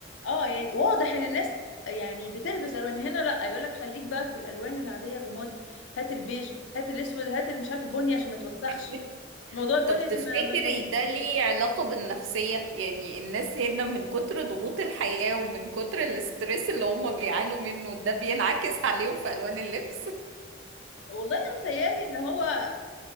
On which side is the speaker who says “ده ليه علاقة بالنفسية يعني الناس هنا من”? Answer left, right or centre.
Right